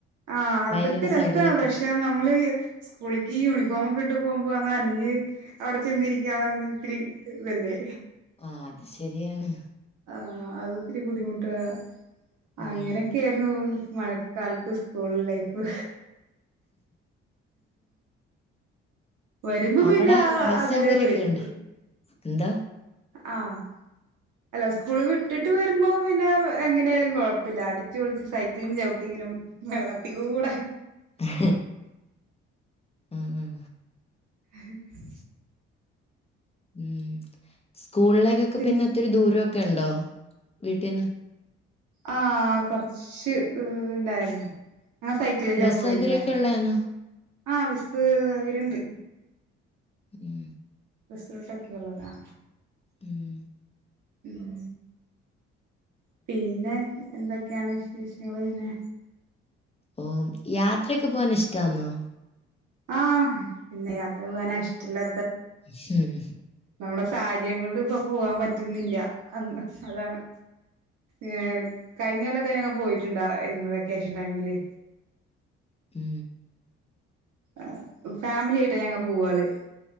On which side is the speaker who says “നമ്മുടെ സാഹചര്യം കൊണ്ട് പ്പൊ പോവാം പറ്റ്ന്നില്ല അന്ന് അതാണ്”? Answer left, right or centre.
Right